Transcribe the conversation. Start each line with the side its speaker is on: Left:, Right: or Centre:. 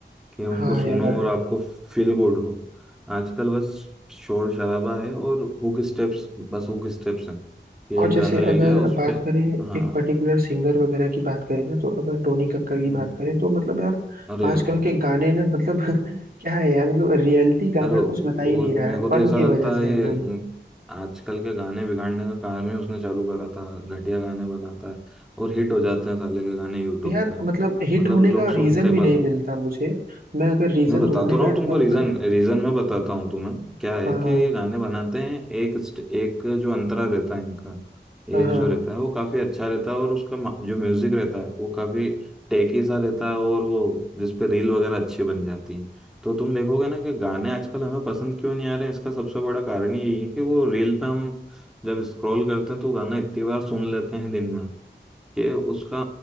Centre: कि उनको
Right: हाँ
Centre: सुनो
Right: यार
Centre: और आपको फील गुड हो आजकल बस शोर शराबा है और हुक स्टेप्स बस हुक स्टेप्स हैं ये
Right: और
Centre: एक
Right: जैसे
Centre: गाना ले
Right: अगर
Centre: लिया उस
Right: बात
Centre: पे
Right: करें
Centre: हाँ
Right: एक पर्टिकुलर सिंगर वगैरह की बात करें ना तो अगर टोनी कक्कर की
Centre: हम्म,
Right: बात करें तो मतलब यार
Centre: अरे
Right: आजकल
Centre: अरे
Right: के गाने ना मतलब <laughs> क्या है यार मतलब रियलिटी गाना
Centre: अरे वो,
Right: कुछ बता ही नहीं रहा
Centre: मेरे
Right: है
Centre: को
Right: फन
Centre: तो ऐसा
Right: की
Centre: लगता
Right: वजह से
Centre: है
Right: एकदम
Centre: ये हम्म, आजकल के गाने बिगाड़ने का काम ही उसने चालू करा था घटिया गाने बनाता है और हिट हो जाते हैं साले के गाने यूट्यूब
Right: यार
Centre: पे
Right: मतलब हिट
Centre: मतलब
Right: होने
Centre: लोग
Right: का
Centre: सुनते
Right: रीजन भी नहीं
Centre: बस
Right: मिलता मुझे मैं अगर रीजन
Centre: मैं बताता
Right: ढूंढने
Centre: रहा
Right: बैठता
Centre: हूँ तुमको
Right: हूँ
Centre: रीजन
Right: ना
Centre: रीजन मैं बताता हूँ तुम्हें क्या है
Right: हाँ
Centre: कि
Right: हाँ
Centre: ये गाने बनाते हैं एक स्ट- एक जो अंतरा रहता है इनका
Right: हाँ
Centre: एक
Right: हाँ
Centre: जो रहता है वो काफी अच्छा रहता है और उसका मा- जो म्यूजिक रहता है वो काफी टेकी सा रहता है और वो जिसपे रील वगैरह अच्छी बन जाती है तो तुम देखोगे ना कि गाने आजकल हमें पसंद क्यों नहीं आ रहे हैं इसका सबसे बड़ा कारण ही यही है कि वो रील पे हम जब स्क्रॉल करते हैं तो गाना इतनी बार सुन लेते हैं दिन में कि उसका